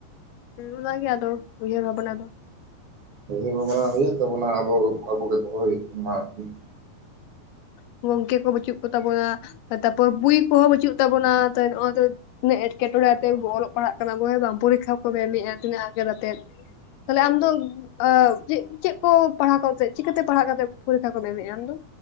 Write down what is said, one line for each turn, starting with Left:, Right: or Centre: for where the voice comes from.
Left: ᱚᱱᱟᱜᱮ ᱟᱫᱚ ᱩᱦᱟᱹᱨ ᱜᱷᱟᱵᱱᱟ ᱫᱚ ᱾
Right: ᱩᱭᱦᱟᱹᱨ ᱵᱷᱟᱵᱽᱱᱟ ᱦᱩᱭᱩᱜ ᱛᱟᱵᱚᱱᱟ ᱟᱵᱚ ᱟᱵᱚ ᱜᱮ ᱫᱚᱦᱚ ᱦᱩᱭᱩᱜ ᱛᱟᱵᱚᱱᱟ ᱟᱨᱠᱤ ᱾
Left: ᱦᱩ ᱜᱚᱝᱠᱮ ᱠᱚ ᱵᱟᱹᱪᱩᱜ ᱠᱚ ᱛᱟᱵᱚᱱᱟ ᱛᱟᱯᱚᱨ ᱵᱩᱭ ᱠᱚᱦᱚᱸ ᱵᱟᱹᱪᱩᱜ ᱛᱟᱵᱚᱱᱟ ᱛᱚ ᱱᱚᱜ-ᱚᱭ ᱛᱚ ᱛᱤᱱᱟᱹᱜ ᱮᱴᱠᱮᱴᱚᱬᱮ ᱟᱛᱮ ᱵᱚ ᱚᱞᱚᱜ ᱯᱟᱲᱦᱟᱜ ᱠᱟᱱᱟ ᱵᱚᱱ ᱦᱮᱸ ᱵᱟᱝ ᱯᱚᱨᱤᱠᱷᱟ ᱠᱚ ᱮᱢᱮᱜ-ᱟ ᱛᱤᱱᱟᱹᱜ ᱟᱜᱮᱨ ᱟᱛᱮᱜ ᱾ ᱛᱟᱦᱚᱞᱮ ᱟᱢ ᱫᱚ ᱮᱸ ᱪᱮᱫ ᱪᱮᱫ ᱠᱚ ᱯᱟᱲᱦᱟᱣ ᱠᱟᱛᱮᱫ ᱪᱤᱠᱟᱹᱛᱮ ᱯᱟᱲᱦᱟᱜ ᱠᱟᱛᱮ ᱯᱚᱨᱤᱠᱷᱟ ᱠᱚᱢ ᱮᱢᱮᱜ-ᱟ ᱟᱢ ᱫᱚ?